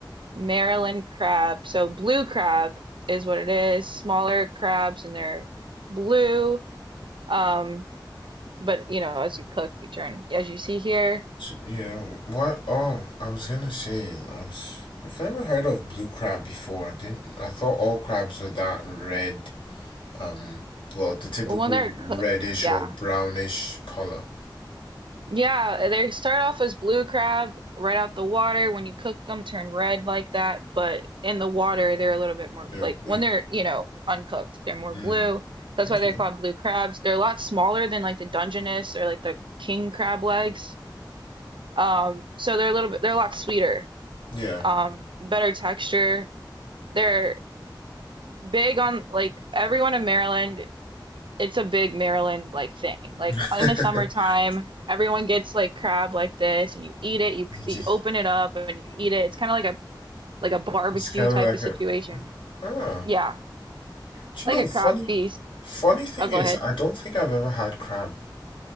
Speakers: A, on the right; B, on the left.
A: Maryland crab. So blue crab is what it is. Smaller crabs and they're blue. Um, but you know, as you cook, you turn as you see here.
B: s- yeah. What? Oh, I was gonna say I was. I've never heard of blue crab before. I didn't. I thought all crabs were that red. Um. Well, the typical
A: Well, when they're cooked,
B: reddish
A: yeah.
B: or brownish color.
A: Yeah, they start off as blue crab right out the water. When you cook them, turn red like that, but in the water, they're a little bit more
B: They're
A: like
B: blue.
A: when they're, you know, uncooked, they're more
B: Mm.
A: blue. That's
B: Okay.
A: why they're called blue crabs. They're a lot smaller than like the Dungeness or like the king crab legs. Um, so they're a little bit, they're a lot sweeter,
B: Yeah.
A: um, better texture. They're big on like everyone in Maryland it's a big Maryland like thing. Like
B: <laughs>
A: in the summertime, everyone gets like crab like this, and you eat it. You
B: It's,
A: you open it up and you eat it. It's kind of like a like a barbecue
B: it's kind
A: type
B: of like
A: of situation.
B: a. Huh.
A: Yeah,
B: Do
A: like
B: you know
A: a crab
B: funny?
A: feast.
B: Funny thing
A: Oh, go
B: is,
A: ahead.
B: I don't think I've ever had crab.